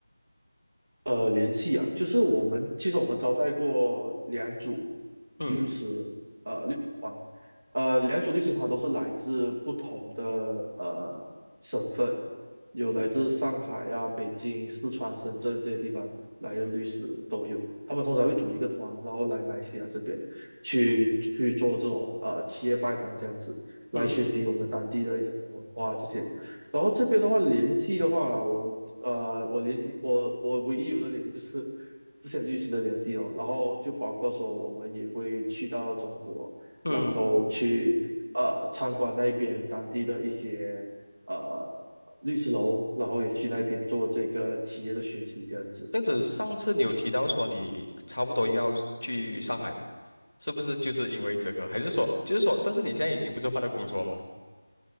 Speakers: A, on the right (about 45°); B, on the left (about 75°).
A: 呃，联系啊，就是我们其实我们招待过两组
B: 嗯。
A: 律师，呃，律师团，呃，两组律师团都是来自不同的呃省份，有来自上海呀、
B: 嗯
A: 北京、四川、深圳这些地方来的律师都有。
B: 嗯
A: 他们通常会组一个团，然后来马来西亚这边去去做这种呃企业拜访这样子，来学习我们当地的一些文化这些。
B: 嗯
A: 然后这边的话，联系的话啦我呃，我联系我我唯一有的联系就是这些律师的联系哦，然后就包括说我们也会去到中国，
B: 嗯，
A: 然后去呃参观那边当地的一些呃律师楼，然后也去那边做这个企业的学习这样子。
B: 这样子，上次你有提到说你差不多要去上海嘛？是不是就是因为这个？还是说，
A: 嗯
B: 就是说，但是你现在已经不是换了工作吗？